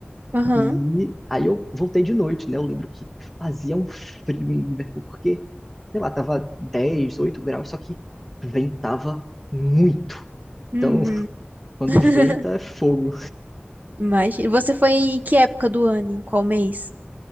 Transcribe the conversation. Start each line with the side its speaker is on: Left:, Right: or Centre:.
Right: Aham.
Centre: e aí eu voltei de noite, né? Eu lembro que fazia um frio em Liverpool, porque, sei lá, tava dez oito graus, só que ventava muito.
Right: Uhum.
Centre: Então, <laughs> quando
Right: <laughs>
Centre: venta, é fogo.
Right: Mas você foi em que época do ano? Em qual mês?